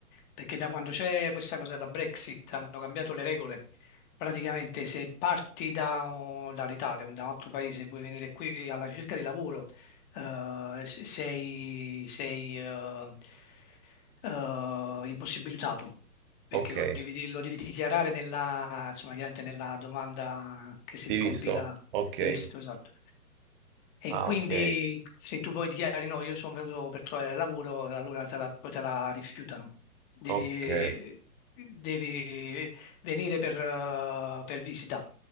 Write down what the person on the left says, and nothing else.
perché da quando c'è questa cosa della Brexit hanno cambiato le regole. Praticamente se parti da- dall'Italia o da un altro paese e vuoi venire qui alla ricerca di lavoro, eh, se- sei, sei, eh, eh, impossibilitato, perché
lo devi, lo devi dichiarare nella, insomma, chiaramente nella domanda che si
compila
di visto, esatto. E
quindi
se tu poi dichiari no, io sono venuto per trovare lavoro, allora te la, poi te la rifiutano. Devi,
devi venire per, eh, per visita.